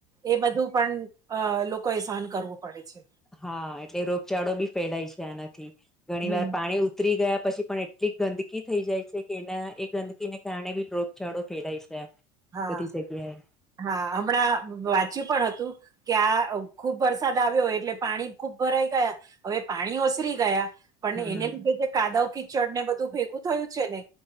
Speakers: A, on the right (about 30°); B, in the centre.
A: એ બધું પણ અ લોકોએ સહન કરવું પડે છે.
B: હા એટલે રોગચાળો બી ફેલાય છે આનાથી ઘણી
A: હમ
B: વાર પાણી ઉતરી ગયા પછી પણ એટલી ગંદકી થઈ જાય છે કે એના એ ગંદકીને કારણે બી રોગચાળો ફેલાય છે.
A: હા-હા
B: બધી જગ્યાએ
A: હમણાં વાંચ્યું પણ હતું. કે આ ખુબ વરસાદ આવ્યો એટલે પાણી ખુબ ભરાઈ ગયા હવે પાણી ઓસરી ગયા. પણને
B: હમ
A: એને લીધે જે કાદવ કિચડ ને બધું ભેગું થયું છે ને